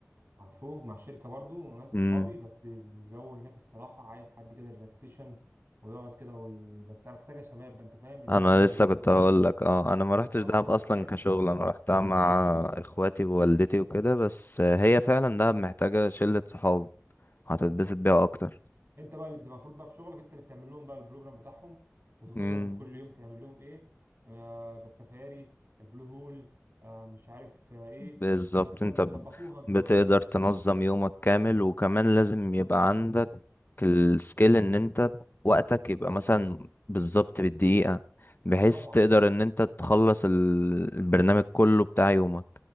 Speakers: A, on the right; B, on the left.
A: مع فوج مع شركة برضو وناس
B: امم
A: صحابي بس الجو هناك الصراحة عايز حد كده ريلاكسيشن ويقعد كده وي... بس أنا محتاجة شباب بقى، انت فاهم ان
B: انا
A: جبال
B: لسه
A: بقى
B: كنت
A: و-
B: هقول لك اه انا ما رحتش
A: اه
B: دهب
A: انت
B: اصلا
A: فاهم
B: كشغل انا رحتها مع اخواتي ووالدتي وكده بس هي فعلا دهب محتاجة شلة صحاب هتتبسط
A: مم.
B: بيها اكتر
A: انت بقى اللي بتبقى المفروض بقى في شغلك انت اللي بتعمل لهم بقى البروجرام بتاعهم وتاخدهم
B: امم
A: كل يوم تعمل لهم ايه آه بس سفاري البلو هول آه مش عارف آه ايه
B: بالظبط
A: انت فاهم
B: انت
A: بتظبطوها
B: ب-
A: انتوا
B: بتقدر
A: بقى
B: تنظم يومك كامل وكمان لازم يبقى عندك السكيل ان انت وقتك يبقى مثلا بالظبط بالدقيقة بحيث
A: اه طبعا
B: تقدر ان انت تخلص ال- البرنامج كله بتاع يومك